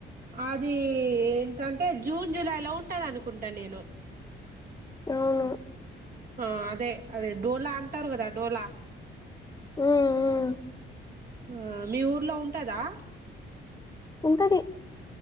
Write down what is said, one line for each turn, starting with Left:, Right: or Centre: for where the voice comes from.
Right: అది ఏంటంటే జూన్ జులై లో ఉంటది అనుకుంటా నేను
Left: అవును
Right: ఆ అదే అదే డోలా అంటారు కదా డోలా
Left: ఆఆ
Right: ఆ మీ ఊర్లో ఉంటదా
Left: ఉంటది